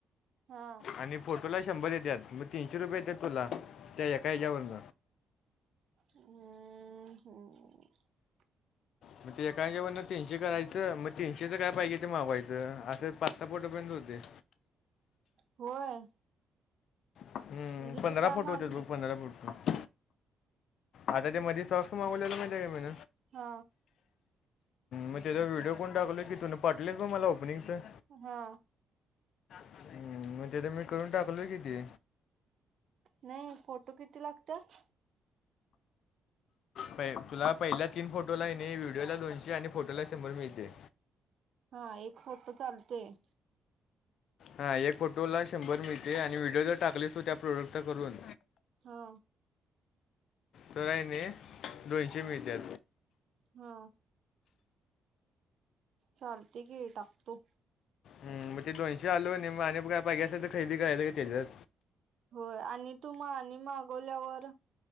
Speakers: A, on the right; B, on the left.
A: हा
B: आणि फोटोला शंभर येतात मग तीनशे रुपये येतात तुला त्या एका ह्याच्यावरून
A: हम्म. हम्म्म.
B: म्हणजे एक काय जेवण ना तीनशे करायचं मग तीनशेच काय पाहिजे ते मागवायचं असे पाच सहा पोटापर्यंत होते
A: होय.
B: हम्म
A: म्हणजे
B: पंधरा
A: तू काय
B: फुट
A: माग
B: होत बघ पंधरा फूट. आता ते मध सॉक्स मागवलेलं मा त्या गमन
A: हा
B: मग त्याचा व्हिडिओ कोण टाकलय किथून पाटल ब मला ओपनिंगंच
A: हा.
B: हम्म मग तेथ मी करून टाकलोय किती
A: नाही फोटो किती लागतात.
B: प तुला पहिला तीन फोटो ला येणे व्हिडिओला दोनशे आणि फोटोला शंभर मिळते.
A: हा एक फोटो चालतोय.
B: हा एक फोटो ला शंभर मिळते आणि व्हिडिओ जर टाकले त त्या प्रोडक्टच करून
A: हा.
B: त आहे नाही दोनशे मीटर.
A: हा. चालते घी टाकतू
B: हम मग ते दोनशे आलू आणि आणि बघ पाहिे असेल तर खरेदी करायचं का ते.
A: होय आणि तुम्हा आणि मागवल्यावर